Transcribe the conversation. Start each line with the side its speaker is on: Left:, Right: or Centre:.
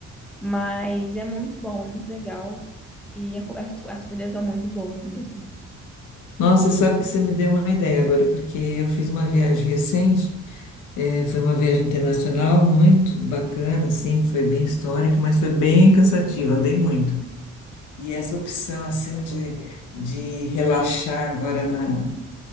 Centre: Mas é muito bom, é muito legal. E a co- as, as comidas são muito boas mesmo.
Left: Nossa, sabe que você me deu uma ideia agora, porque eu fiz uma viagem recente, eh, foi uma viagem internacional muito bacana, assim, foi bem histórica, mas foi bem cansativa, andei muito. E essa opção assim de, de relaxar agora na,